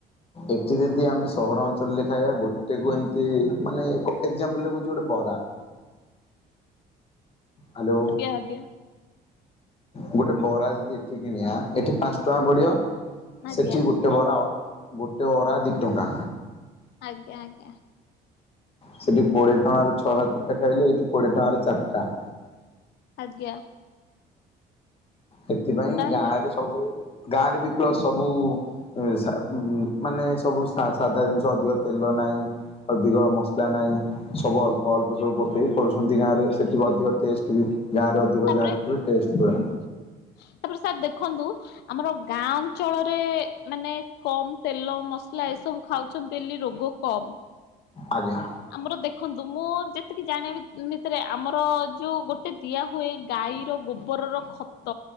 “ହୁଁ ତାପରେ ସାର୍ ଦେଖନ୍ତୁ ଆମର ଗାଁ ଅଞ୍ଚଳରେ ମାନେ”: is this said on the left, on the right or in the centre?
Left